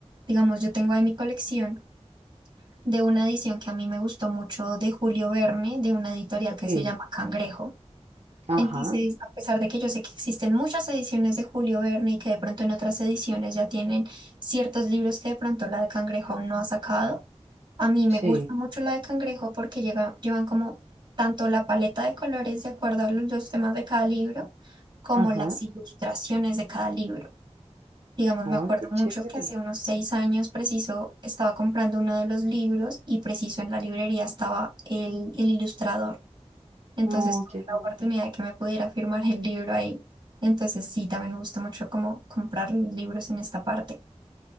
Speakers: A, on the right (about 40°); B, on the right (about 65°).
A: Digamos, yo tengo ahí mi colección de una edición que a mí me gustó mucho de Julio Verne, de una editorial que
B: sí,
A: se llama Cangrejo.
B: ajá,
A: Entonces, a pesar de que yo sé que existen muchas ediciones de Julio Verne y que de pronto en otras ediciones ya tienen ciertos libros que de pronto la de Cangrejo aún no ha sacado, a mí me
B: sí,
A: gusta mucho la de cangrejo porque llega, llevan como tanto la paleta de colores de acuerdo a los, los temas de cada libro, como
B: ajá.
A: las ilustraciones de cada libro. Digamos, me
B: Ay,
A: acuerdo
B: qué
A: mucho
B: chévere.
A: que hace unos seis años preciso estaba comprando uno de los libros y preciso en la librería estaba el, el ilustrador. Entonces
B: No,
A: tuve
B: qué bueno.
A: la oportunidad de que me pudiera firmar el libro ahí. Entonces sí, también me gusta mucho como comprar libros en esta parte.